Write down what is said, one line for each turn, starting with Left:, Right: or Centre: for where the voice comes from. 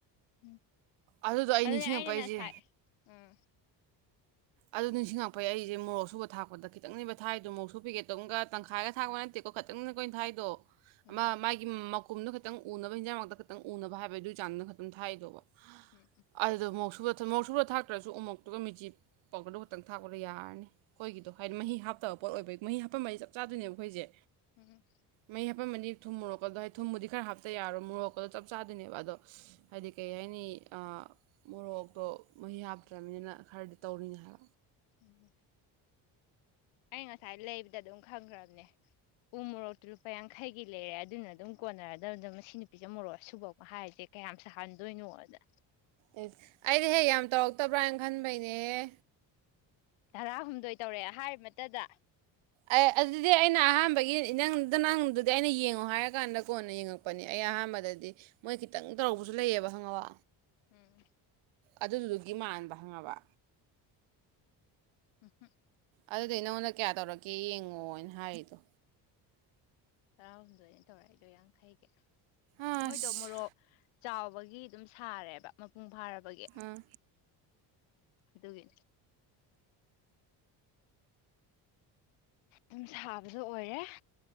Left: ꯎꯝ
Right: ꯑꯗꯨꯗꯣ ꯑꯩ
Left: ꯑꯗꯨꯅꯦ
Right: ꯅꯤꯡꯁꯤꯡꯉꯛꯄ
Left: ꯑꯩꯅ
Right: ꯑꯩꯁꯦ
Left: ꯅ ꯁꯥꯏ ꯎꯝ
Right: ꯑꯗꯨ ꯅꯤꯡꯁꯤꯡꯉꯛꯄꯩ ꯑꯩꯁꯦ ꯃꯣꯔꯣꯛ ꯁꯨꯕ ꯊꯥꯛꯄꯗ ꯈꯤꯇꯪꯅꯦꯕ ꯊꯥꯏꯗꯣ ꯃꯣꯔꯣꯛꯁꯨ ꯄꯦꯀꯦꯠꯇꯣꯝꯒ ꯇꯪꯈꯥꯏꯒ ꯊꯥꯛꯄ ꯅꯠꯇꯦꯀꯣ ꯈꯤꯇꯪꯅꯤꯅ ꯀꯣꯏꯅ ꯊꯥꯏꯗꯣ
Left: ꯎꯝ
Right: ꯃꯥꯒꯤ ꯀꯨꯝꯗꯣ ꯈꯇꯪ ꯎꯅꯕ ꯍꯤꯟꯖꯥꯡꯃꯛꯇ ꯈꯈꯤꯛꯇꯪ ꯎꯅꯕ ꯍꯥꯏꯕꯗꯨ ꯑꯗꯨꯏ ꯆꯥꯟꯅ ꯈꯛꯇꯇ ꯊ ꯍꯥꯏꯗꯣꯕ
Left: ꯎꯝ
Right: ꯑꯗ ꯃꯧꯁꯨ ꯊꯟꯃꯣꯛ ꯁꯨꯔ ꯊꯥꯛꯇ꯭ꯔꯁꯨ ꯑꯃꯨꯣꯛꯇꯨꯒ ꯃꯤꯆꯞ ꯄꯥꯎꯗꯔꯗꯨ ꯈꯛꯇꯪ ꯊꯥꯛꯄꯗ ꯌꯥꯔꯅꯤ ꯑꯩꯈꯣꯏꯒꯤꯗꯣ ꯍꯥꯏꯗꯤ ꯃꯍꯤ ꯍꯥꯞꯇꯕ ꯄꯣꯠ ꯑꯣꯏꯕꯒꯤ ꯃꯍꯤ ꯍꯥꯞꯄ ꯃꯥ ꯆꯞ ꯆꯥꯗꯣꯏꯅꯦꯕ ꯑꯩꯈꯣꯏꯁꯦ
Left: ꯎꯝ
Right: ꯃꯩ ꯍꯥꯄ ꯃꯗꯤꯔ ꯊꯨꯝ ꯃꯣꯔꯛ ꯑꯗꯣ ꯍꯥꯏꯗꯤ ꯊꯨꯝꯕꯨꯗꯤ ꯈꯔ ꯍꯥꯞꯇ ꯌꯥꯔꯣꯏ ꯃꯣꯔꯣꯛꯀꯗꯣ ꯆꯞ ꯆꯥꯗꯣꯏꯅꯦꯕ ꯑꯗꯣ ꯍꯥꯏꯗꯤ ꯀꯩ ꯍꯥꯏꯅꯤ ꯃꯣꯔꯣꯛꯇꯣ ꯃꯍꯤ ꯍꯥꯞꯇ꯭ꯔꯅꯤꯅꯤꯅ ꯈꯔꯗꯤ ꯇꯧꯔꯤꯅꯤ ꯍꯥꯏꯕ
Left: ꯎꯝ ꯑꯩ ꯉꯁꯥꯏ ꯂꯩꯕꯗ ꯑꯗꯨꯝ ꯈꯪꯈ꯭ꯔꯕꯅꯦ ꯎ ꯃꯣꯔꯣꯛꯇꯨ ꯂꯨꯄꯥ ꯌꯥꯡꯈꯩꯒꯤ ꯂꯩꯔꯦ ꯑꯗꯨꯅ ꯑꯗꯨꯝ ꯀꯣꯟꯅꯔꯗꯕꯗ ꯃꯁꯤ ꯅꯨꯄꯤꯁꯦ ꯃꯣꯔꯣꯛ ꯁꯨꯕꯧꯅ ꯍꯥꯏꯔꯤꯁꯦ ꯀꯌꯥꯝ ꯁꯥꯍꯟꯗꯣꯏꯅꯣꯗ
Right: ꯑꯦꯁ ꯑꯩꯗꯤ ꯍꯦꯛ ꯌꯥꯝ ꯇꯧꯔꯛꯇꯕ꯭ꯔꯥ ꯍꯥꯏꯅ ꯈꯟꯕꯩꯅꯦꯍ
Left: ꯇꯔꯥꯍꯨꯝꯗꯣꯏ ꯇꯧꯔꯑꯦ ꯍꯥꯏꯔꯤꯕꯃꯇꯗ
Right: ꯑꯦ ꯑꯗꯨꯗꯤ ꯑꯩꯅ ꯑꯍꯥꯟꯕꯒꯤ ꯅꯪꯗ ꯅꯪꯗꯨꯗꯤ ꯑꯩꯅ ꯌꯦꯡꯉꯣ ꯍꯥꯏꯔꯀꯥꯟꯗ ꯀꯣꯟꯅ ꯌꯦꯡꯉꯛꯄꯅꯦ ꯑꯩ ꯑꯍꯥꯟꯕꯗꯗꯤ ꯃꯣꯏ ꯈꯤꯇꯪ ꯇꯧꯔꯧꯕꯁꯨ ꯂꯩꯌꯦꯕ ꯈꯪꯉꯕ
Left: ꯎꯝ
Right: ꯑꯗꯨꯗꯨꯒꯤ ꯃꯥꯟꯕ ꯍꯪꯉꯕ
Left: ꯎꯝ ꯍꯝ
Right: ꯑꯗꯨꯗꯤ ꯅꯉꯣꯟꯗ ꯀꯌꯥ ꯇꯧꯔꯛꯀꯦ ꯌꯦꯡꯉꯣ ꯍꯥꯏꯅ ꯍꯥꯏꯔꯤꯗꯣ
Left: ꯇꯔꯥꯍꯨꯝꯗꯣꯏ ꯑꯩꯅ ꯇꯧꯔꯛꯏꯗꯣ ꯌꯥꯡꯈꯩꯒꯤ
Right: ꯑꯁ
Left: ꯃꯣꯏꯗꯣ ꯃꯣꯔꯣꯛ ꯆꯥꯎꯕꯒꯤ ꯑꯗꯨꯝ ꯁꯥꯔꯦꯕ ꯃꯄꯨꯡ ꯐꯥꯔꯕ ꯒꯤ
Right: ꯑꯥ
Left: ꯑꯗꯨꯒꯤ ꯑꯗꯨꯝ ꯁꯥꯕꯁꯨ ꯑꯣꯏꯔꯦ